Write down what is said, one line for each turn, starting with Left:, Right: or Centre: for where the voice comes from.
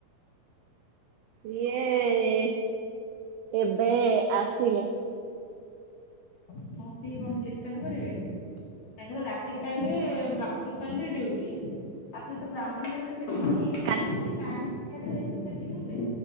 Right: ଇଏ ଏବେ ଆସିଲେ।
Left: <unintelligible> କଣ କୀର୍ତ୍ତନ କରିବେ? ତାଙ୍କର ରାତି ପାଇଲେ ବ୍ରାହ୍ମଣୀପାଲ୍ ରେ ଡିଉଟି। ଆସିଲେ ତ ବ୍ରାହ୍ମଣୀପାଲରେ ସେଠି <inaudible> ହେଇଯାଇଥାନ୍ତା,
Right: କାଲି
Left: ସେ କାହିଁକି ସିଆଡେ ଯାଇକି ସେଠି ହେଲେ?